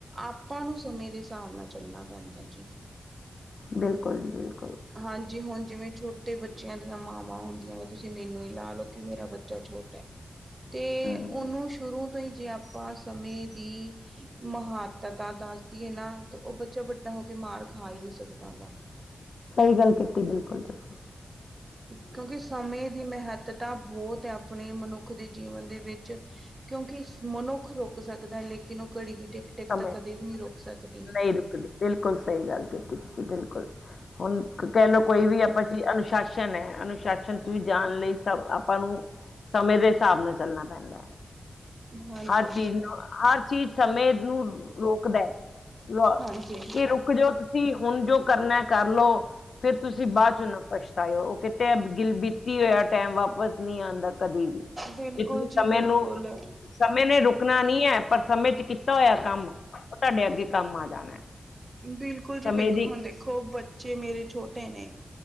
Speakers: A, on the right; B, on the left.
A: ਆਪਾਂ ਨੂੰ ਸਮੇ? ਦੇ ਹਿਸਾਬ ਨਾਲ ਚੱਲਣਾ ਪੈਂਦਾ ਜੀ।
B: ਬਿਲਕੁਲ ਜੀ ਬਿਲਕੁਲ।
A: ਹਾਂਜੀ ਹੁਣ ਜਿਵੇਂ ਛੋਟੇ ਬੱਚਿਆਂ ਦੀਆਂ ਮਾਵਾਂ- ਹੁੰਦੀਆਂ ਨੇ, ਤੁਸੀਂ ਮੈਨੂੰ ਹੀ ਲਾ ਲੋਓ ਕਿ ਮੇਰਾ ਬੱਚਾ ਛੋਟਾ ਹੈ। ਤੇ
B: ਹਮ,
A: ਉਹਨੂੰ ਸ਼ੁਰੂ ਤੋਂ ਹੀ! ਜੇ ਆਪਾਂ ਸਮੇਂ ਦੀ ਮਹੱਤਤਾ ਦੱਸਦੀਏ ਨਾ, ਤੇ ਉਹ ਬੱਚਾ ਵੱਡਾ ਹੋ ਕੇ? ਮਾਰ ਖਾ ਹੀ ਨਹੀ ਸਕਦਾ ਹੈਗਾ।
B: ਸਹੀ ਗੱਲ ਕੀਤੀ ਬਿਲਕੁਲ ਤੁਸੀ।
A: ਕਿਉਂਕਿ ਸਮੇਂ ਦੀ ਮਹੱਤਤਾ- ਤਾਂ ਬਹੁਤ ਹੈ ਆਪਣੇ ਮਨੁੱਖ ਦੇ ਜੀਵਨ ਦੇ ਵਿੱਚ। ਕਿਉਂਕਿ ਮਨੁੱਖ ਰੁਕ ਸਕਦਾ, ਲੇਕਿਨ ਉਹ ਘੜੀ ਦੀ ਟਿਕ ਟਿਕ
B: ਸਮੇਂ
A: ਤਾਂ ਕਦੇ ਵੀ ਨਹੀਂ ਰੁਕ ਸਕਦੀ।
B: ਨਹੀਂ ਰੁਕਦੀ, ਬਿਲਕੁਲ ਸਹੀ ਗੱਲ ਕੀਤੀ ਤੁਸੀਂ ਬਿਲਕੁਲ। ਹੁਣ ਕਹਿ ਲਓ ਕੋਈ ਵੀ ਆਪਾਂ ਚੀਜ ਅਨ? ਅਨੁਸ਼ਾਸਨ ਹੈ। ਅਨੁਸ਼ਾਸਨ ਚ ਵੀ ਜਾਣ ਲਈ ਸਬ ਆਪਾਂ ਨੂੰ, ਸਮੇਂ ਦੇ ਹਿਸਾਬ ਨਾਲ ਚੱਲਣਾ ਪੈਂਦਾ ਹੈ।
A: ਹਾਂਜੀ,
B: ਹਰ ਚੀਜ਼ ਨੂੰ, ਹਰ ਚੀਜ਼ ਸਮੇਂ ਨੂੰ ਰੋਕਦਾ ਹੈ। ਲ
A: ਹਾਂਜੀ
B: ਕਿ ਰੁਕ ਜਾਓ ਤੁਸੀਂ, ਹੁਣ ਜੋ ਕਰਨਾ ਕਰਲੋ। ਫਿਰ ਤੁਸੀਂ ਬਾਅਦ ਚੋਂ ਨਾ ਪੱਛਤਾਇਓ! ਉਹ ਕਿਤੇ ਗਿਲ ਬੀਤੀ ਹੋਇਆ ਟਾਇਮ, ਵਾਪਸ ਨਹੀਂ ਆਉਂਦਾ। ਕਦੀ ਵੀ
A: ਬਿਲਕੁਲ
B: ਜੇ
A: ਜੀ
B: ਸਮੇਂ
A: ਬਿਲਕੁਲ
B: ਨੂੰ? ਸਮੇਂ ਨੇ ਰੁਕਣਾ ਨਹੀਂ ਹੈ। ਪਰ ਸਮੇਂ ਚ ਕੀਤਾ ਹੋਇਆ ਕੰਮ, ਉਹ ਤੁਹਾਡੇ ਅੱਗੇ ਕੰਮ ਆ ਜਾਣਾ ਹੈ।
A: ਬਿਲਕੁਲ ਜੀ
B: ਸਮੇਂ
A: ਬਿਲਕੁਲ,
B: ਦੀ
A: ਹੁਣ ਦੇਖੋ ਬੱਚੇ ਮੇਰੇ ਛੋਟੇ ਨੇ?